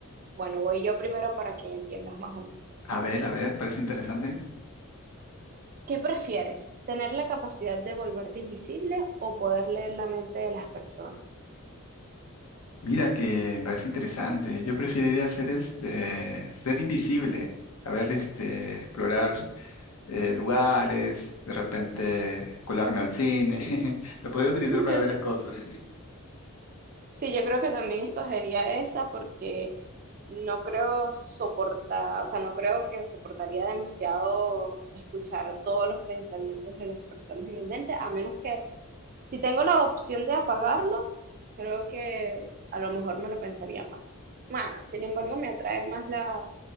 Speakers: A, on the right (about 40°); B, on the left (about 85°).
A: Bueno, voy yo primero para que entiendas más o menos.
B: A ver, a ver, parece interesante.
A: ¿Qué prefieres? ¿Tener la capacidad de volverte invisible o poder leer la mente de las personas?
B: Mira que me parece interesante. Yo preferiría ser este, ser invisible. A ver, este, explorar eh, lugares, de repente colarme al cine. <laughs> Lo podría utilizar
A: <laughs>
B: para ver las cosas.
A: Sí, yo creo que también escogería esa porque no creo soportar, o sea, no creo que soportaría demasiado escuchar todos los pensamientos de las personas en mi mente, a menos que si tengo la opción de apagarlo, creo que a lo mejor me lo pensaría más. Bueno, sin embargo, me atrae más la,